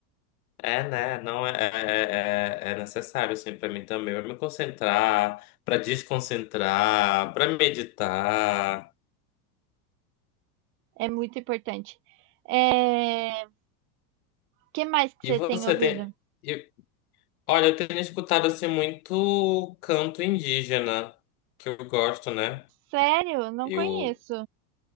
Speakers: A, on the left; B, on the right.
A: É, né? Não é, é, é, é é necessário, assim, pra mim também. Pra me concentrar, pra desconcentrar, pra meditar.
B: É muito importante. É, que mais que
A: E
B: você
A: você
B: tem ouvido?
A: tem. e, olha, eu tenho escutado, assim, muito canto indígena, que eu gosto, né?
B: Sério? Não
A: Eu.
B: conheço.